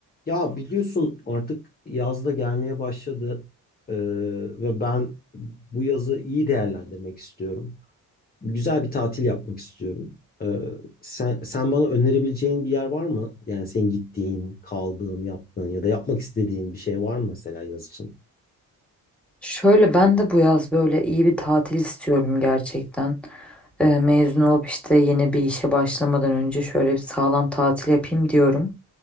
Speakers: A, on the left; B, in the centre.
A: Ya biliyorsun artık yaz da gelmeye başladı Ee, ve ben bu yazı iyi değerlendirmek istiyorum. Güzel bir tatil yapmak istiyorum. Ee, sen, sen bana önerebileceğin bir yer var mı? Yani senin gittiğin, kaldığın, yaptığın ya da yapmak istediğin bir şey var mı mesela yaz için?
B: Şöyle ben de bu yaz böyle iyi bir tatil istiyorum gerçekten. Ee, mezun olup işte yeni bir işe başlamadan önce şöyle bir sağlam tatil yapayım diyorum.